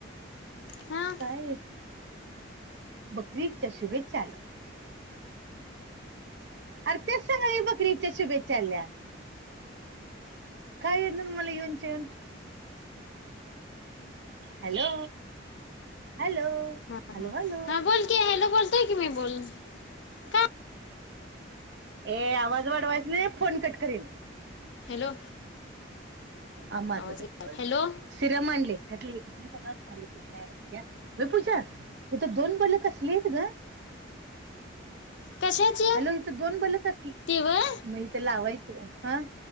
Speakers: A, on the left (about 65°); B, on the right (about 60°).
A: हां
B: काय? बकरी ईदच्या शुभेच्छा आलं. अर तेच <unintelligible> बकरी ईदच्या शुभेच्या आल्या. <inaudible> काय येणार मला येऊनच्या येऊन? हॅलो, हॅलो
A: हा हा
B: हॅलो हॅलो
A: हा बोल की, हॅलो बोल. तेय की मी बोल काय
B: ए आवाज वाढवायचा नाही हां फोन कट करीन.
A: हॅलो
B: हां माझचं
A: आवाज गेला
B: आहे.
A: हॅलो
B: सिरम आणलय त्यातलं एक <unintelligible> ए पूजा, इथं दोन बले कसली आहेत गं?
A: कशाची
B: हॅलो, इथं दोन बल कसली?
A: ती व्हय
B: मग इथं लावायचयं. हां,